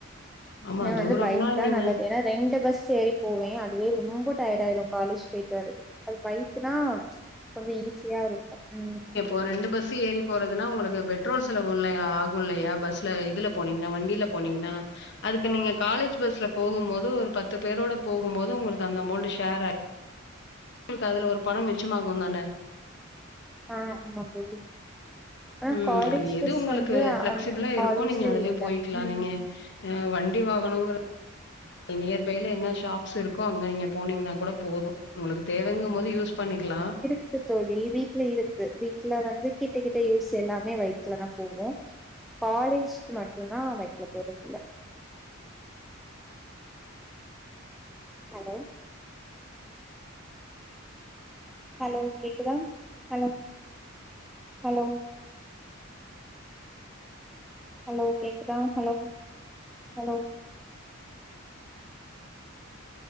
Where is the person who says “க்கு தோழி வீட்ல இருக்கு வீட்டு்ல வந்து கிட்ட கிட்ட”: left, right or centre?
Centre